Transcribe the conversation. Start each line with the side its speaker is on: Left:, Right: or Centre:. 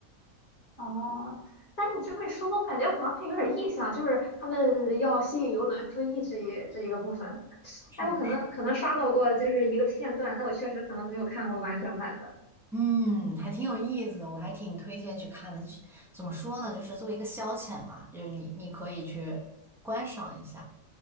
Left: 哦，但是你这么一说，我感觉好像还有点印象，就是他们要吸引游轮注意这一这一个部分。哎，
Centre: 是不是？
Left: 我可能可能刷到过就是一个片段，但我确实可能没有看过完整版的。
Centre: 嗯，还挺有意思的，我还挺推荐去看的。就怎么说呢，就是作为一个消遣嘛，就是你你可以去观赏一下。